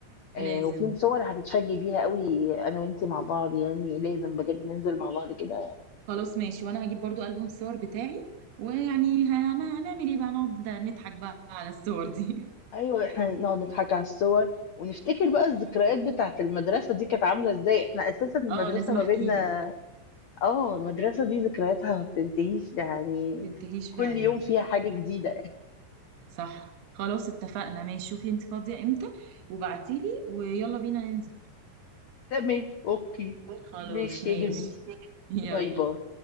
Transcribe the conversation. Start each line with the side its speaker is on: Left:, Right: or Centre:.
Right: لازم
Left: آه وفي صور هتتفاجئي بيها قوي انا وانتي مع بعض يعني لازم بجد ننزل مع بعض كده
Right: خلاص ماشي وانا هجيب برضو ألبوم الصور بتاعي ويعني هن- هنعمل ايه بقى نقعد نضحك بقى على الصور دي
Left: ايوه احنا نقعد نضحك على الصور ونفتكر بقى الذكريات بتاعه المدرسة دي كانت عاملة ازاي احنا اساسا
Right: <laughs>
Left: المدرسة
Right: اه لازم
Left: ما
Right: احكي
Left: بيننا
Right: لك
Left: اه المدرسة دي ذكرياتها ما بتنتهيش يعني
Right: تنتهيش
Left: كل
Right: فعلا
Left: يوم فيها حاجة جديدة
Right: صح خلاص اتفقنا ماشي شوفي انت فاضيه امتى وبعتيلي ويلا بينا ننزل
Left: تمام اوكي
Right: خلاص
Left: ماشي
Right: ماشي
Left: يا جميل
Right: يلا
Left: باي باي